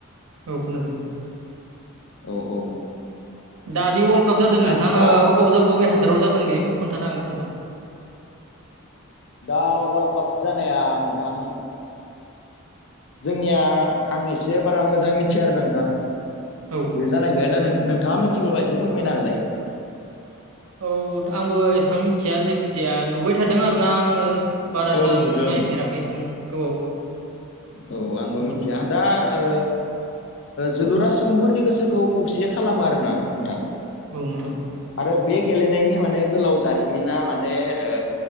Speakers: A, on the right (about 80°); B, on the left (about 55°).
A: औ खोनादों।
B: औ औ
A: दा दि वर्ल्ड काप जादों नोंथां
B: आथिखाल
A: ओ अबाव जाब बबे हादोराव जादों बेखौ खोनथानो हागोन ना नोंथां?
B: दा वार्ल्द काप जानाया नोंथां जोंनिया आं एसे बारा मोजाङै मिनथिया आरोना नोंथां।
A: औ।
B: बे जानायखाय ना नों-नोंथाङा मिनथिगौबा एसे फोरमायना होलाय।
A: औ आंबो एसां मिन्थिया जायखिजाया नुबाय थादों आरोना आङो बारास
B: औ
A: आं
B: नुदों
A: नायफेराखै एसेबां गोबाव
B: औ आंबो मिनथिया
A: औ
B: दा ओ जोलुरा सुबुंफोरनि गोसोखौ खौसे खालामा आरो ना नोंथां।
A: औ नोंथां
B: आरो बे गेलेनायनि माने गोलाव जारिमिना माने ओ